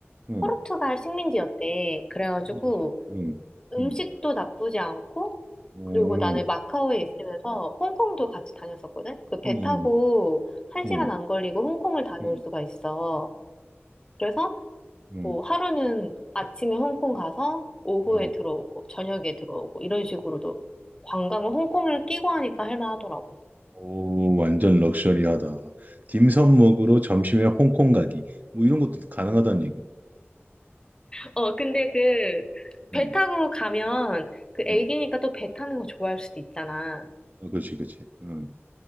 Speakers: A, on the right; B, on the left.
A: 응.
B: 포르투갈 식민지였대. 그래가지고
A: 어, 그렇지. 응,
B: 음식도
A: 응.
B: 나쁘지 않고,
A: 오,
B: 그리고 나는 마카오에 있으면서 홍콩도 같이 다녔었거든? 그 배
A: 응,
B: 타고
A: 응,
B: 한
A: 응,
B: 시간 안 걸리고 홍콩을 다녀올
A: 응,
B: 수가 있어. 그래서
A: 응,
B: 뭐 하루는 아침에 홍콩 가서 오후에
A: 응.
B: 들어오고, 저녁에 들어오고, 이런 식으로도 관광을 홍콩을 끼고 하니까 할만하더라고.
A: 오, 완전 럭셔리하다. 딤섬 먹으러 점심에 홍콩 가기. 뭐 이런 것도 가능하다는 얘기야.
B: 어, 근데 그 배
A: 응,
B: 타고 가면 그 애기니까
A: 응.
B: 또 배 타는 거 좋아할 수도 있잖아.
A: 어, 그렇지, 그렇지. 응,